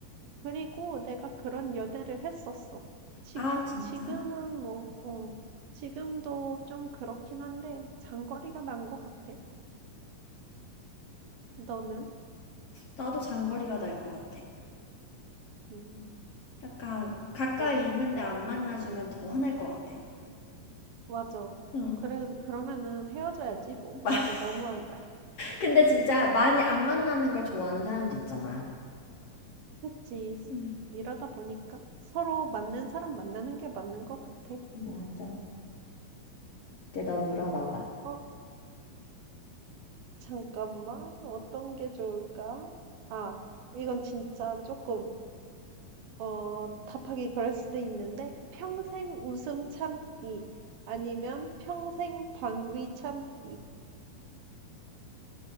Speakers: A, on the right; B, on the left.
A: 그리고 내가 그런 연애를 했었어. 지,
B: 아, 진짜?
A: 지금은 뭐, 어, 지금도 좀 그렇긴 한데, 장거리가 난 것 같아. 너는?
B: 나도 장거리가 날 것 같아.
A: 음,
B: 약간 가까이
A: 어,
B: 있는데
A: 음,
B: 안 만나주면 더 화날 것 같아.
A: 맞아.
B: 응.
A: 그래, 그러면은 헤어져야지, 뭐.
B: 마-
A: 진짜
B: <laughs>
A: 너무한 거야.
B: 근데 진짜 많이 안 만나는 걸 좋아하는 사람도 있잖아.
A: 그치.
B: 응.
A: 이러다 보니까 서로 맞는 사람 만나는 게 맞는 것 같아.
B: 맞아. 이제 너 물어봐봐.
A: 어, 잠깐만. 어떤 게 좋을까? 아, 이건 진짜 조금 어 답하기 그럴 수도 있는데 평생 웃음 참기 아니면 평생 방귀 참기